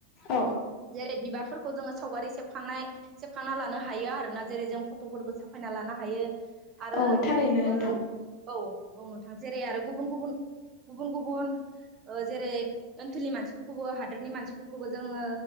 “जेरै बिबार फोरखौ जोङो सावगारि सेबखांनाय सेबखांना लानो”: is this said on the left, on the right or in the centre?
Right